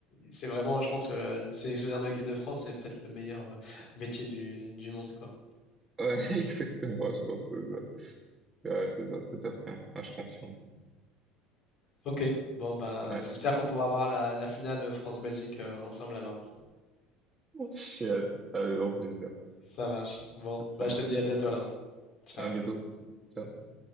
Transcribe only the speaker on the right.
<laughs> exactement, je pense que c'est ça. Ouais, c'est ça, tout à fait. hein. Ouais, je confirme.
Ouais.
<laughs> J'ai hâte. Avec grand plaisir.
Ça
marche.
À bientôt. Ciao.